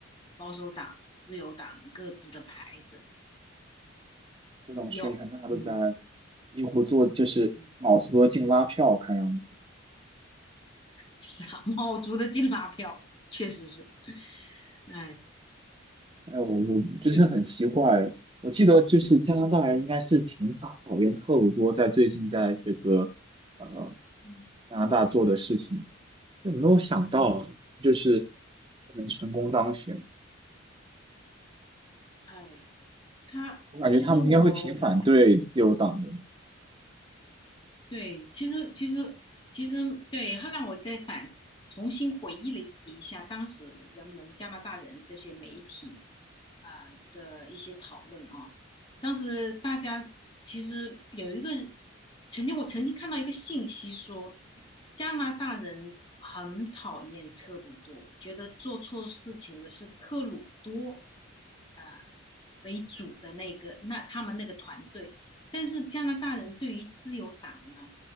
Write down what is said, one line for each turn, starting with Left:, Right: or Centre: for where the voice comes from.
Left: 保守党、自由党各自的牌子，
Right: 各种宣传大家都在
Left: 有，嗯
Right: 几乎做，就是卯足了进拉票，
Left: 嗯哼，
Right: 看样子。
Left: 傻帽族 <laughs> 的金拉票，确实是，哎。
Right: 哎，我我真是很奇怪，
Left: 自由的，
Right: 我记得就是加拿大人应该是挺讨讨厌特鲁多在最近在这个呃
Left: 嗯嗯
Right: 加拿大做的事情。有没有想到就是
Left: 嗯，
Right: 能成功当选？
Left: 哎，他其实我
Right: 我感觉他们应该会挺反对自由党的。
Left: 对，其实其实其实对，后来我再反重新回忆了一下当时人们加拿大人这些媒体啊、的一些讨论啊，当时大家其实有一个曾经我曾经看到一个信息说，加拿大人很讨厌特鲁多，觉得做错事情的是特鲁多啊、为主的那个那他们那个团队。但是加拿大人对于自由党呢，